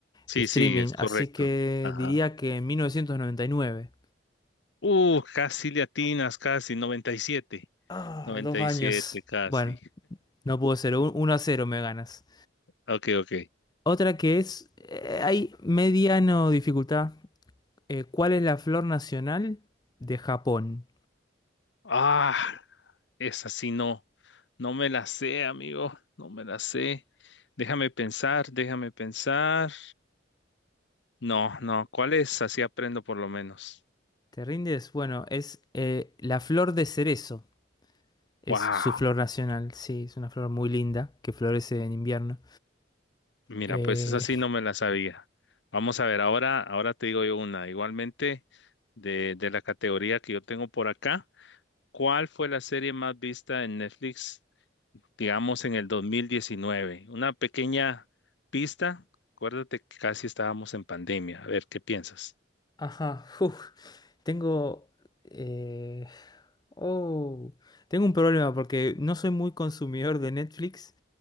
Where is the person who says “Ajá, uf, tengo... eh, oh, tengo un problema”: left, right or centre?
Left